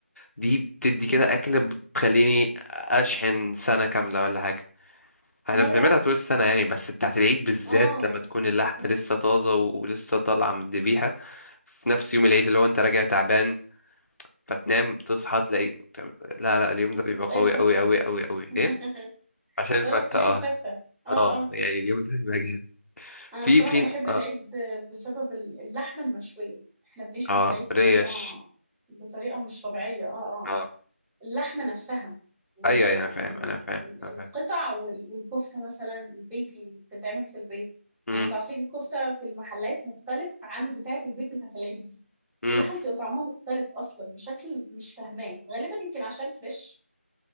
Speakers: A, on the left (about 85°); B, in the centre.
A: دي بتدي كده أكلة بتخليني أشحن سنة كاملة ولا حاجة احنا
B: مره
A: بنعملها طول السنة يعني بس بتاعت العيد بالذات
B: اه
A: لما تكون اللحمة
B: اه
A: لسه طازة و- ولسه طالعة من الذبيحة في نفس يوم العيد اللي هو انت راجع تعبان فتنام تصحى تلاقي بتعمل- لا لا اليوم ده بيبقى
B: تلاقي
A: قوي
B: الفتة
A: قوي قوي قوي قوي
B: <laughs>
A: ايه عشان الفتة
B: بقول لك تلاقي
A: اه
B: الفتة اه
A: اه
B: اه
A: يعني اليوم ده بيبقى جامد
B: انا
A: في
B: بصراحة
A: في
B: بحب العيد
A: اه
B: بسبب اللحمة المشوية احنا بنشوي
A: اه
B: في العيد بطريقة
A: ريش
B: بطريقة مش طبيعية اه اه آه.
A: اه
B: اللحمة نفسها ال...
A: ايوه ايوه انا فاهم
B: ال...
A: انا فاهم
B: ال-
A: انا
B: القطع
A: فاهم
B: وال- والكفتة مثلا البيتي اللي بتتعمل في البيت
A: امم
B: يعني تعصيب الكفتة في المحلات مختلف عن بتاعة البيت بتاعة العيد دي
A: امم
B: اللحمة بتبقى طعمها مختلف أصلا بشكل مش فاهماه غالبا يمكن عشان فريش